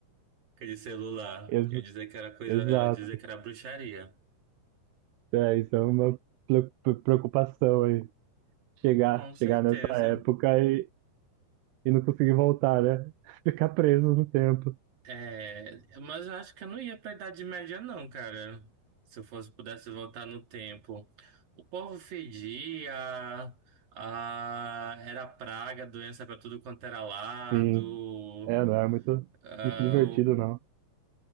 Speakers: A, on the right; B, on the right.
A: aquele celular.
B: Ex
A: Iam dizer que era coisa,
B: exato.
A: era dizer que era bruxaria.
B: É, isso é uma pre- pre- preocupação aí. Chegar,
A: Com
B: chegar
A: certeza.
B: nessa época e, e não conseguir voltar, né? <laughs> Ficar preso no tempo.
A: É, mas eu acho que eu não ia pra Idade Média, não, cara. Se eu fosse, pudesse voltar no tempo. O povo fedia, a, era praga, doença pra tudo quanto era lado.
B: Sim. É, não é muito,
A: Ah,
B: muito divertido, não.